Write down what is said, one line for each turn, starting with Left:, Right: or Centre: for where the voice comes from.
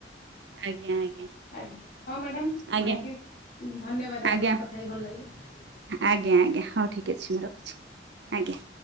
Right: ଆଜ୍ଞା ଆଜ୍ଞା
Left: ଆଜ୍ଞା। ହଁ ମ୍ୟାଡାମ୍,
Right: ଆଜ୍ଞା
Left: ଥାଙ୍କ୍ ୟୁ। ଧନ୍ୟବାଦ ଆପଣଙ୍କୁ
Right: ଆଜ୍ଞା
Left: କଥା ହେଇ ଭଲ ଲାଗିଲା।
Right: ଆଜ୍ଞା, ଆଜ୍ଞା। ହଉ ଠିକ୍ ଅଛି। ମୁଁ ରଖୁଛି, ଆଜ୍ଞା।